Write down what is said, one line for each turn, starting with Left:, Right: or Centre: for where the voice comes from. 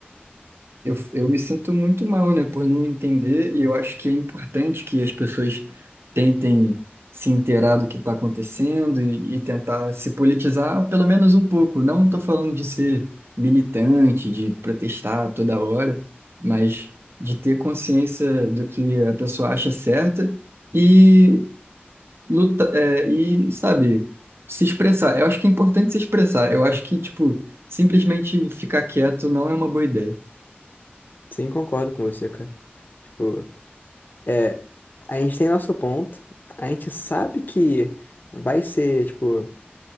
Right: eu, eu me sinto muito mal, né, por não entender, e eu acho que é importante que as pessoas tentem se inteirar do que está acontecendo e, e tentar se politizar pelo menos um pouco. Não estou falando de ser militante, de protestar toda hora, mas de ter consciência do que a pessoa acha certa e luta, é, e, sabe, se expressar. Eu acho que é importante se expressar. Eu acho que, tipo, simplesmente ficar quieto não é uma boa ideia.
Left: sim, concordo com você, cara. Tipo, é, a gente tem nosso ponto, a gente sabe que vai ser, tipo,